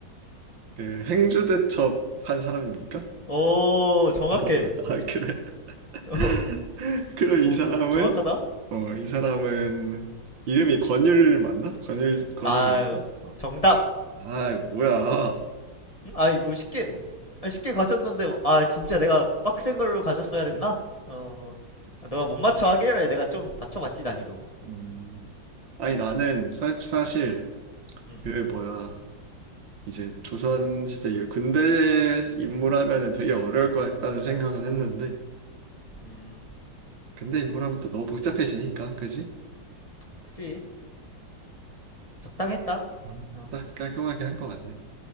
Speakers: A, on the right; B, on the left.
A: 그 행주대첩 한 사람입니까?
B: 오 정확해.
A: <laughs> 아, 그래.
B: 어,
A: <laughs> 그럼
B: 어,
A: 이 사람은,
B: 너 좀 정확하다.
A: 어, 이 사람은, 이름이 권율 맞나? 권율, 권율입니까?
B: 아
A: 어.
B: 정답.
A: 아, 뭐야.
B: 음? 아니 뭐 쉽게
A: 어.
B: 아, 쉽게 가졌는데 아 진짜 내가 빡센 걸로 가졌어야 됐나?
A: 응?
B: 어 아, 너가 못 맞춰 하길래 내가 좀 낮춰봤지 난이도.
A: 음. 아니,
B: 음,
A: 나는 사, 사실,
B: 음,
A: 그, 뭐야. 이제 조선시대 이후 근대 인물 하면은 되게 어려울 것 같다는 생각은 했는데,
B: 음.
A: 근대 인물 하면 또 너무 복잡해지니까, 그지?
B: 그치 적당했다.
A: 음.
B: 어
A: 딱 깔끔하게 한 것 같네.